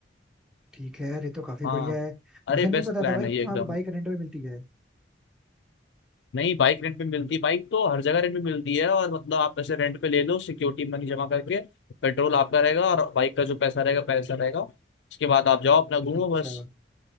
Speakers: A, in the centre; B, on the left.
A: ठीक है यार ये तो काफी
B: हाँ
A: बढ़िया है
B: अरे
A: मुझे नहीं
B: बेस्ट
A: पता
B: प्लान
A: था भाई
B: है
A: कि
B: ये एकदम
A: वहाँ पे बाइक रेंट में मिलती है
B: नहीं बाइक रेंट पे मिलती है, बाइक तो हर जगह रेंट पे मिलती है और मतलब आप ऐसे रेंट पे ले लो सिक्योरिटी मनी जमा करके पेट्रोल आपका रहेगा और बाइक का जो पैसा रहेगा पैसा रहेगा उसके बाद आप जाओ अपना घूमो
A: अच्छा
B: बस